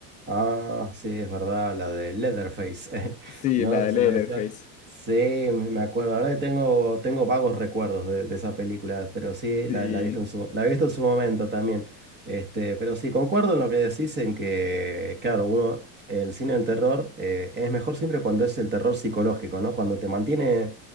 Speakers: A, on the right (about 20°); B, on the left (about 20°).
A: Ah, sí, es verdad, la de Leatherface,
B: Sí,
A: <laughs> ¿no?
B: la
A: Que
B: de
A: Se
B: Leatherface.
A: le decía. Sí, me, me acuerdo. La verdad que tengo, tengo vagos recuerdos de, de esa película, pero sí,
B: Sí.
A: la, la he visto en su, la he visto en su momento también. Este, pero sí, concuerdo en lo que decís en que, claro, uno, el cine del terror eh, es mejor siempre cuando es el terror psicológico, ¿no? Cuando te mantiene